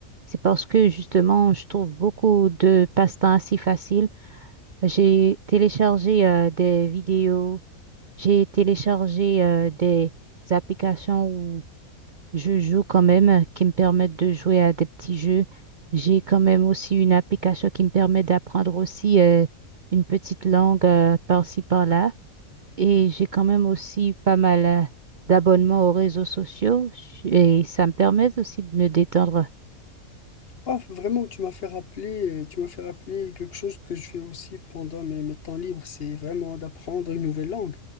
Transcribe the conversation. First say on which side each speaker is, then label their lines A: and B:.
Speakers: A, on the right; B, on the left.
A: c'est parce que justement, je trouve beaucoup de passe-temps assez faciles. J'ai téléchargé euh, des vidéos, j'ai téléchargé euh, des applications je joue quand même, euh, qui me permettent de jouer à des petits jeux. J'ai quand même aussi une application qui me permet d'apprendre aussi euh, une petite langue euh, par-ci, par-là. Et j'ai quand même aussi pas mal euh, d'abonnements aux réseaux sociaux Je- et ça me permet aussi de me détendre.
B: Oh, vraiment, tu m'as fait rappeler, euh, tu m'as fait rappeler quelque chose que je fais aussi pendant mes, mes temps libres, c'est vraiment d'apprendre une nouvelle langue.